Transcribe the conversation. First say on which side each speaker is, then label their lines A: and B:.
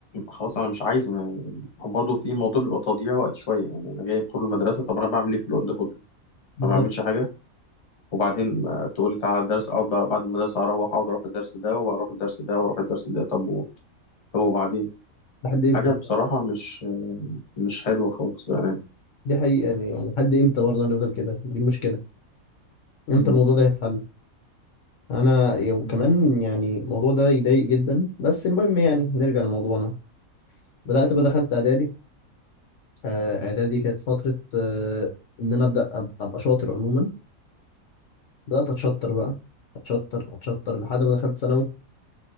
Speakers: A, on the left (about 30°); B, on the left (about 65°).
A: خلاص انا مش عايز ما هو برضه في الموضوع بيبقى تضييع وقت شويه يعني انا جايب طول المدرسه طب انا بعمل ايه في الوقت ده كله
B: بالظبط
A: ما بعملش حاجه وبعدين آه، تقول لي تعالى الدرس اقعد بقى بعد المدرسه اروح اقعد اروح الدرس ده وبروح الدرس ده واروح الدرس ده طب و... طب وبعدين
B: لحد امتى
A: حاجه بصراحه مش مش حلوه خالص بامانه
B: دي حقيقة دي يعني لحد امتى برضه هنفضل كده دي المشكلة امتى
A: مم.
B: الموضوع ده هيتحل انا يو-
A: مم.
B: كمان يعني الموضوع ده يضايق جدا بس المهم يعني نرجع لموضوعنا بدأت بقى دخلت اعدادي آه، اعدادي كانت فترة آه، ان انا ابدأ أب- ابقى شاطر عموما بدأت اتشطر بقى اتشطر اتشطر لحد ما دخلت ثانوي